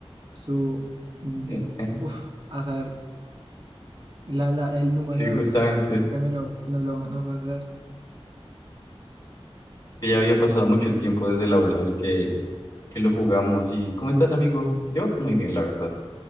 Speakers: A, on the right; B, on the left.
A: su, mm,
B: <laughs>
A: uf, a saber La, la, el número
B: Sí, justamente.
A: de veces que, me lo, que nos lo vamos a pasar.
B: Es que ya había pasado mucho tiempo desde la última vez que, que lo jugamos. ¿Y cómo estás, amigo? Yo muy bien, la verdad.